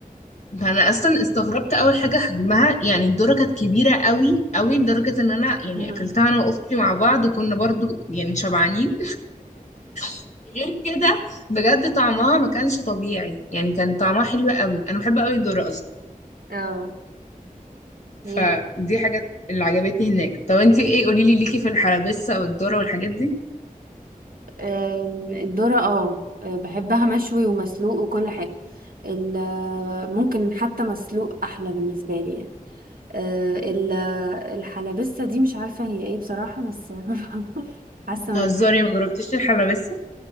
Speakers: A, on the left; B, on the right.
A: ده انا اصلا استغربت اول حاجة حجمها يعني الدورة كانت كبيرة قوي قوي لدرجة ان انا
B: <laughs>
A: يعني اكلتها انا واختي مع بعض وكنا برضو يعني شبعانين <laughs> غير كده بجد طعمها ما كانش طبيعي يعني كان طعمها حلو قوي انا بحب قوي الدورة اصلا
B: اه هي
A: فدي
B: بت-
A: حاجات اللي عجبتني هناك طب انتي ايه قوليلي ليكي في الحلبسة والدورة والحاجات دي
B: آم، الذرة اه آه، بحبها مشوي ومسلوق وكل حاجة ال- آه، ممكن حتى مسلوق أحلى بالنسبة لي يعني آه، ال- آه، الحلبسة دي مش عارفة هي ايه بصراحة بس <laughs> حاسة
A: بتهزري
B: من-
A: ما جربتيش الحلبسة